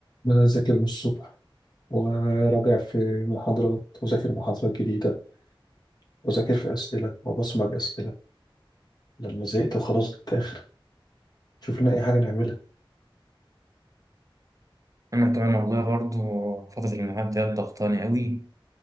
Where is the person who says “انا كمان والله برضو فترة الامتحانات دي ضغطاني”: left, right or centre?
Right